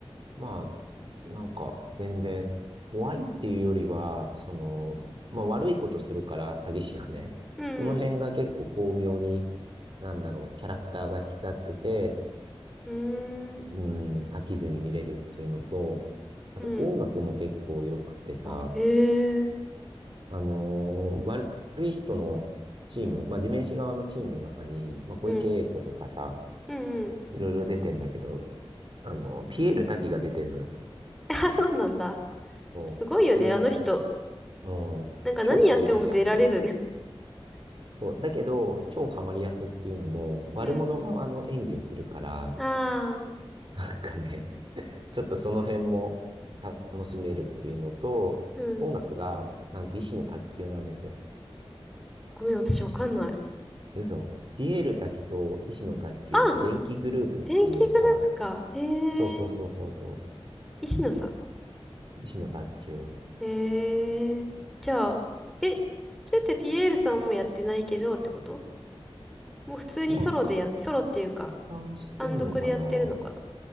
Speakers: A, on the right; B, in the centre.
A: まあ、なんか全然怖いっていうよりは、その、まあ悪いことするから詐欺師がね、
B: うん
A: その辺が結構巧妙に、なんだろう、キャラクターが引き立ってて、
B: うーん、
A: うん、飽きずに見れるっていうのと、あと音楽も結構良くてさ、
B: うん、あ、へえ。
A: あのー悪い人のチーム、まあ、地面師側のチームの中に、まあ、小池栄子とかさ、
B: うん、うん、うん。
A: いろいろ出てんだけど、あの、ピエール瀧が出てんのよ。
B: <laughs> あ、そうなんだ。
A: そう。
B: すごいよね、
A: それがも
B: あの人。
A: う、うん、
B: なんか何やっても出られるね。
A: 超ハマり役。そう。だけど、超ハマり役っていうのも、悪者側の演技をするから、
B: うん。<laughs> ああ、
A: なんかね、ちょっとその辺も楽しめるっていうのと、
B: うん。
A: 音楽が、なんと、医師の卓球なんですよ。
B: ごめん、私わかんない。
A: 嘘。ピエール瀧と石野卓球って電気グループっていうさ、
B: あ、電気グループか。へえ、
A: そうそうそうそうそ
B: 石野さん。
A: う、石野卓球。
B: へえ、じゃあ、え、それってピエールさんもやってないけどってこともう普通にソロでやっ、
A: まあ、解
B: ソロっていうか、
A: 散してんのかな
B: 単独でやってるのかな。